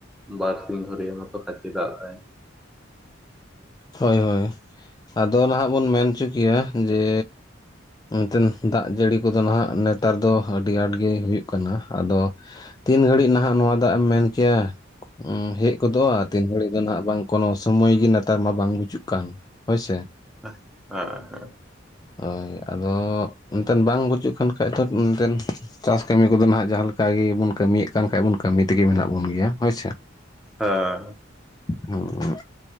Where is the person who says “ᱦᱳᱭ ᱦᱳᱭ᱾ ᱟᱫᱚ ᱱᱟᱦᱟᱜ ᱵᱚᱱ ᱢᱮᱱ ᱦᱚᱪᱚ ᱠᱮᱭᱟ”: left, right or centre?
Left